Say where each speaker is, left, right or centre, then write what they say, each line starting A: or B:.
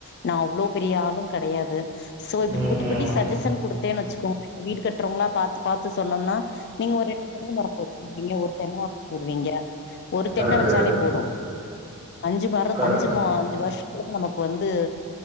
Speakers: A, on the left; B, on the right.
A: நா அவ்ளோ பெரிய ஆளும் கெடையாது. சோ இது
B: ம்
A: குட்டி
B: ம்
A: குட்டி சஜ்ஜஷன் குடுத்தேன்னு வெச்சுக்கோங் வீடு கட்றவங்களா பாத்து பாத்து சொன்னோம்னா நீங்க ஒரெண்டு தென்ன மரோ போடுவீங்க ஒரு தென்ன மரோ போடுவீங்க ஒரு
B: கரெக்டு
A: தென்ன வெச்சாலே போது. அஞ்சு வேர
B: கரெக்ட்
A: அஞ்சு மா அஞ்சு வருஷத்துல நமக்கு வந்து